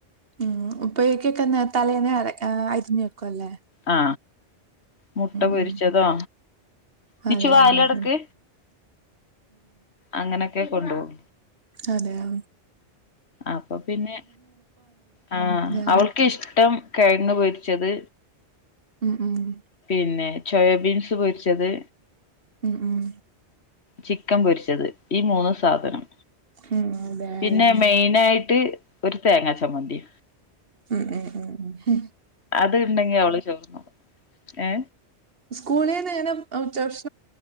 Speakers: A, on the right; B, on the left.
A: ഉം ഉപ്പേരിക്കൊക്കെ നേ തലേന്നേ അരക് ഏ അരിഞ്ഞ് വെക്കും അല്ലേ
B: ആ മുട്ട പൊരിച്ചതോ
A: ഉം.
B: നിച്ചു
A: അതെ
B: വാതില്
A: ആഹ്
B: അടക്ക്
A: ഉം
B: അങ്ങനൊക്കെ കൊണ്ടോവും
A: അതെആ
B: അപ്പ പിന്നെ ആ
A: ഞാൻ
B: അവൾക്കിഷ്ടം കെഴങ്ങ് പൊരി ച്ചത്
A: ഉം ഉം
B: പിന്നേ ചോയാ ബീൻസ് പൊരിച്ചത്
A: ഉം ഉം
B: ചിക്കൻ പൊരിച്ചത് ഈ മൂന്ന് സാധനം
A: ഉം അതെല്ലേ
B: പിന്നെ മെയ്നായിട്ട് ഒരു തേങ്ങാ ചമ്മന്തി
A: ഉം ഉം ഉം ഹും
B: അത് ഇണ്ടെങ്കി അവള് ചോറ്ന്നും ഏ
A: സ്കൂളീന്ന് ഞാന് ഉച്ചഭക്ഷ